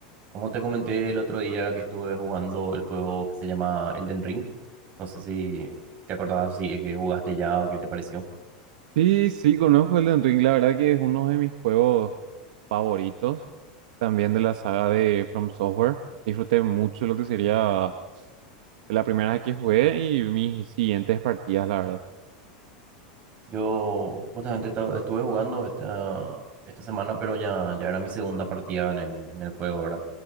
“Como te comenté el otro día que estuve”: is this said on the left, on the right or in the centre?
Right